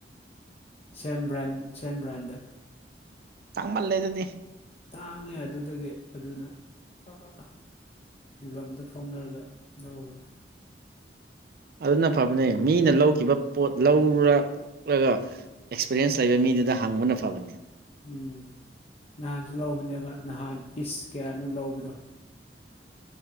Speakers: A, on the left; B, on the right.
A: ꯁꯦꯝ ꯕ꯭ꯔꯥꯟ ꯁꯦꯝ ꯕ꯭ꯔꯥꯟꯗ
B: ꯇꯥꯡ ꯃꯥꯜꯂꯦ ꯗꯨꯗꯤ
A: ꯇꯥꯡꯉꯦ ꯑꯗꯨꯗꯒꯤ ꯑꯗꯨꯅ ꯑꯥ ꯑꯥ ꯐꯤꯕꯝꯗ ꯐꯥꯎꯝꯅꯔꯒ ꯂꯧꯕꯅꯤ
B: ꯑꯗꯨꯅ ꯐꯕꯅꯦ ꯃꯤꯅ ꯂꯧꯈꯤꯕ ꯄꯣꯠ ꯂꯧꯔꯛꯂꯒ ꯑꯦꯛꯁꯄꯤꯔꯌꯦꯟꯁ
A: ꯎꯝ
B: ꯂꯩꯕ ꯃꯤꯗꯨꯗ ꯍꯪꯕꯅ ꯐꯕꯅꯤ
A: ꯎꯝ ꯅꯍꯥꯟꯁꯨ ꯂꯧꯕꯅꯦꯕ ꯅꯍꯥꯟ ꯄꯤꯁ ꯀꯥꯌꯅꯣ ꯂꯧꯕꯗꯣ